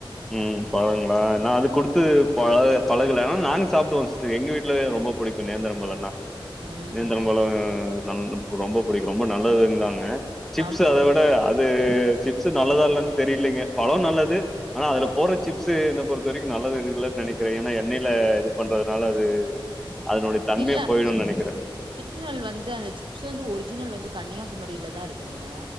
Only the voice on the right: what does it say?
ம்
ஆமா
இல்ல
அது
ஒரிஜினல் வந்து அந்த சிப்ஸ் வந்து ஒரிஜினல் வந்து கன்னியாகுமரியில தா இருக்குதுங்க